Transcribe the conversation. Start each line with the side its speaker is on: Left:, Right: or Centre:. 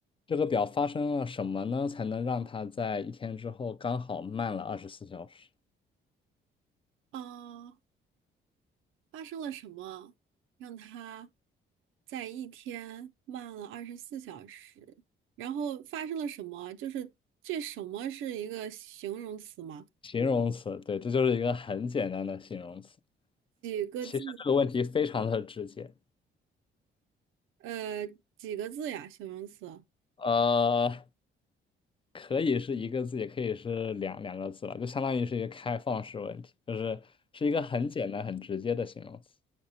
Left: 这个表发生了什么呢，才能让它在一天之后刚好慢了二十四小时？
Right: 啊，发生了什么让它在一天慢了二十四小时？然后发生了什么？就是这什么是一个形容词吗？
Left: 形容词，对，这就是一个很简单的形容词。
Right: 几个字？
Left: 其实这个问题非常的直接。
Right: 呃，几个字呀？形容词？
Left: 呃，可以是一个字，也可以是两两个字了，就相当于是一个开放式问题，就是是一个很简单、很直接的形容词